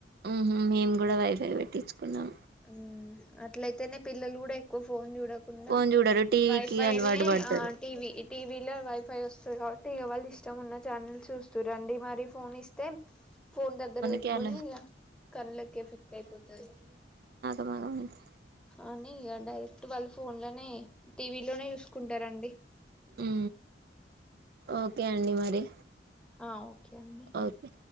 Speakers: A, on the right (about 60°); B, in the centre.
A: ఉహు మేము కూడా వైఫై వెట్టించుకున్నాం
B: ఉమ్ అట్లయితేనే పిల్లలు కూడా ఎక్కువ ఫోన్ చూడు రాకుండా
A: ఫోన్ చూడరు టీవీకి
B: వైఫైనే
A: అలవాటు పడతారు
B: ఆ టీవీ టీవీలో వైఫై వస్తది కాబ టి వాళ్ళు ఇష్టం ఉన్న ఛానల్ చూస్తూ రండి మరి ఫోన్ ఇస్తే ఫోన్ దగ్గర పెట్టుకొని
A: కి అలా
B: ఇగ కళ్లకి ఎఫిక్ట్ అయిపోతాది
A: వ్యావు
B: అని ఇక డైరెక్ట్ వాళ్ళు ఫోన్ లోనే టీవీ లోనే చూసుకుంటారండి
A: ఉ ఓకే అండి మరి
B: ఆ ఓకే అండి
A: అ ఓకే